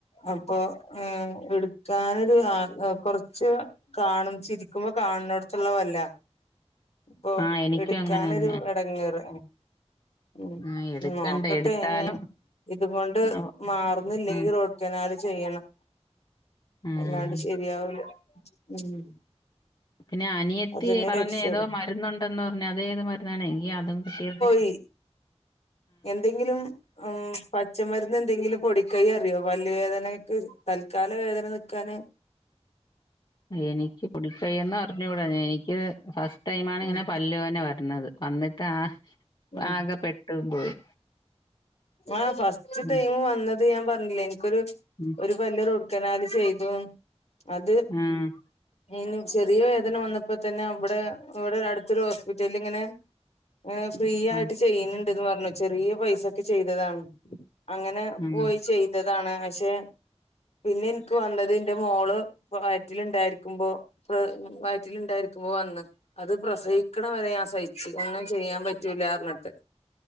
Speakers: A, on the left; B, on the left.
A: അപ്പൊ ഏഹ് എടുക്കാനൊരു ആഹ് കുറച്ച് കാണും. ചിരിക്കുമ്പോ കാണുന്നൊടത്തുള്ള പല്ല. പ്പൊ
B: ആഹ് എനിക്കും
A: എടുക്കാനൊരു
B: അങ്ങനെന്നെ
A: എടങ്ങേറ്. ഉം
B: ആഹ് എടുക്കണ്ട
A: നോക്കട്ടെ.
B: എടുത്താലും
A: ഇതുകൊണ്ട്
B: അവ
A: മാറുന്നില്ലെങ്കി
B: ഉം
A: റൂട്ട് കനാല് ചെയ്യണം.
B: ഉം
A: അല്ലാണ്ട് ശെരിയാവൂല. ഉം
B: പിന്നെ അനിയത്തി
A: അതന്നെ
B: പറഞ്ഞ
A: രക്ഷയുള്ളൂ
B: ഏതോ മരുന്നുണ്ടെന്ന് പറഞ്ഞ്. അത് ഏത് മരുന്നാണ്. എങ്കി അതും കിട്ടീർന്നേ
A: ഈ എന്തെങ്കിലു ഉം പച്ചമരുന്ന് എന്തെങ്കിലും പൊടിക്കൈ അറിയോ? പല്ലു വേദനക്ക്. തല് ക്കാല വേദന നിക്കാന്.
B: എനിക്ക് പൊടിക്കയ്യൊന്ന് അറിഞ്ഞൂട. എനിക്ക് ഫസ്റ്റ് ടൈമാണ് ഇങ്ങനെ
A: ഉം
B: പല്ല് വേന വരണത്. വന്നിട്ട് ആഹ്
A: ഉം
B: ആകെ പെട്ടും പോയി.
A: ആഹ് ഫസ്റ്റ്
B: ഉം
A: ടൈം വന്നത് ഞാൻ പറഞ്ഞില്ലെ എനിക്കൊരു
B: ഉം
A: ഒരു പല്ല് റൂട്ട് കനാല് ചെയ്തു. അത്
B: ആഹ്
A: യിന് ചെറിയ വേദന വന്നപ്പോ തന്നെ ഇവിടെ ഇവിടൊരു അടുത്തൊരു ഹോസ്പിറ്റല് ഇങ്ങനെ ഏഹ് ഫ്രീ ആയിട്ട്
B: ആഹ്
A: ചെയ്യുന്നുണ്ട്ന്ന് പറഞ്ഞു. ചെറിയ പൈസക്ക് ചെയ്തതാണ്. അങ്ങനെ
B: ആഹ്
A: പോയി ചെയ്തതാണ്. പക്ഷെ പിന്നെ എനിക്ക് വന്നത് ന്റെ മോള് വയറ്റില് ണ്ടായിരിക്കുമ്പോ. പ്പൊ വയറ്റില് ഉണ്ടായിരിക്കുമ്പോ വന്ന. അത് പ്രസവിക്കണ വരെ ഞാൻ സഹിച്ച്. ഒന്നും ചെയ്യാപറ്റൂല പറഞ്ഞിട്ട്.